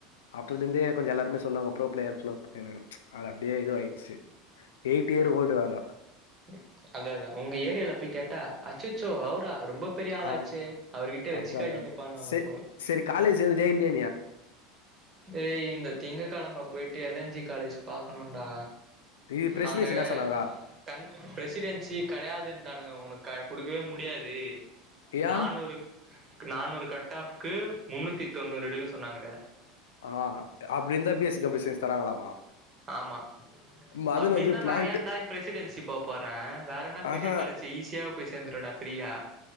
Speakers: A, on the left (about 65°); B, on the right (about 30°).
A: அப்போதுல இந்தே கொஞ்சோ எல்லாருமே சொல்லுவாங்க ப்ரோ பிளேயர் ப்ரோ பிளேயர்னு அது அப்டியே இதுவாயிச்சு எயிட் இயர் ஓல்டு வேற
B: ம் அதா அதா உங்க ஏரியால போய் கேட்டா அச்சச்சோ அவுரா ரொம்ப பெரிய ஆளாச்சே
A: ஆ
B: அவர்கிட்ட வெச்சுக்காதீங்கப்பானு
A: அதான் அதான்
B: வாங்க
A: சரி
B: போல
A: சரி காலேஜ் சேர்ந்துட்டியா இல்லையா
B: டே இந்த திங்கக்கிழம போயிட்டு எல் என் ஜி காலேஜ் பாக்கணுன்டா
A: இது பிரசிடென்சி
B: அங்க
A: என்ன சொன்னாங்கோ
B: கண் பிரசிடென்சி கெடையாதுன்ட்டானுங்க உனக்கு குடுக்கவே முடியாது
A: ஏன்
B: நானூறுக் நானூறு கட் ஆஃப்க்கு முன்னூத்தி தொண்ணூறு எடுக்க சொன்னாங்ளே
A: ஆ அப்டி இந்தா B S C computer science தராங்ளா
B: ஆமா
A: மதன்
B: அப்டி
A: வந்து
B: இருந்தா
A: பிளான்ட்
B: நா ஏன்டா பிரெசிடென்சி போ போற வேற என்னா
A: ஆஹா
B: பெரிய காலேஜ் ஈஸியா போய் சேர்ந்துருவனே ஃப்ரீயா